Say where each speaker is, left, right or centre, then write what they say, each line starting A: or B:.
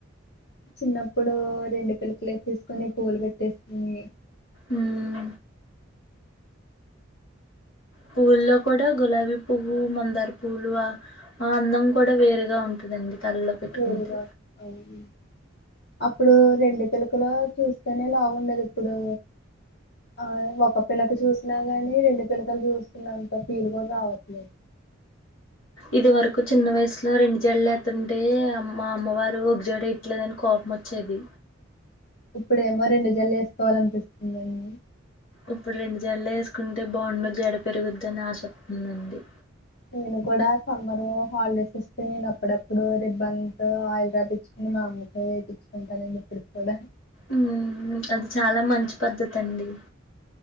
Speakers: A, on the left; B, on the left.
A: చిన్నప్పుడు రెండు పిలకలు వేసేసుకొని పూలు పెట్టేసుకొని
B: ఉమ్ పువ్వుల్లో కూడా గులాబీ పువ్వు మందార పూలు ఆ అందం కూడా వేరుగా ఉంటుదండి తల్లో పెట్టుకుంటే
A: వేరుగా అవును. అప్పుడు రెండు పిలకలు చూస్తేనే లావుండేది ఇప్పుడు ఆయ్ ఒక్క పిలక చూసినా గాని రెండు పిలకలు చూస్తున్నంత ఫీల్ కూడా రావట్లేదు
B: ఇది వరకు చిన్న వయసులో రెండు జడలేత్తుంటే మా అమ్మవారు ఒక జడ ఎయ్యట్లేదని కోపమొచ్చేది
A: ఇప్పుడేమో రెండు జడలేసుకోవాలనిపిస్తుందండి
B: ఇప్పుడు రెండు జడలు ఏసుకుంటే బావుండు జడ పెరుగుద్దని ఆశ వొత్తుందండి
A: నేను కూడా సమ్మర్ హాలిడేస్ వస్తే నేను అప్పుడప్పుడు రిబ్బన్తో ఆయిల్ రాపిచ్చుకుని మా అమ్మతో వేపిచ్చుకుంటానండి ఇప్పుడు క్కూడా
B: ఉమ్మ్ అది చాలా మంచి పద్ధతి అండి